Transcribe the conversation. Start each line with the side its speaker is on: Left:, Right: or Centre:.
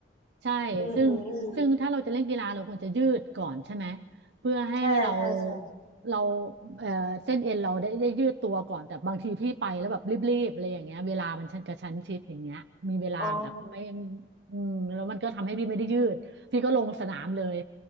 Right: ใช่ซึ่งซึ่งถ้าเราจะเล่นกีฬาเราควรจะยืดก่อนใช่ไหม
Left: อืมอืม
Right: เพื่อให้เรา
Left: ใช่ใช่ใช่
Right: เราเอ่อเส้นเอ็นเราได้ได้ยืดตัวก่อนแต่บางทีพี่ไปแล้วแบบรีบๆอะไรอย่างเงี้ยเวลามันชันกระชั้นชิดอย่างเงี้ยมีเวลาแบบไม่
Left: อ๋อ
Right: อืมแล้วมันก็ทำให้พี่ไม่ได้ยืดพี่ก็ลงสนามเลย